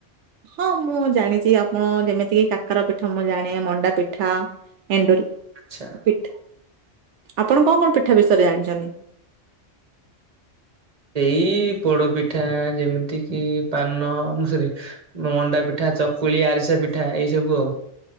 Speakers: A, on the right (about 75°); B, on the right (about 35°).
A: ହଁ ମୁଁ ଜାଣିଛି ଆପଣ ଯେମିତି କିି କାକର ପିଠା ମୁଁ ଜାଣେ ମଣ୍ଡା ପିଠା ଏଣ୍ଡୁରି
B: ଆଛା।
A: ପିଠ ଆପଣ କଣ କଣ ପିଠା ବିଷୟରେ ଜାଣିଚନ୍ତି?
B: ଇଇ ପୋଡ ପିଠା ଯେମିତି କିି ପାନ ମୁ ସରି ମଣ୍ଡା ପିଠା ଚକୁଳି ଆରିସା ପିଠା ଏଇ ସବୁ ଆଉ।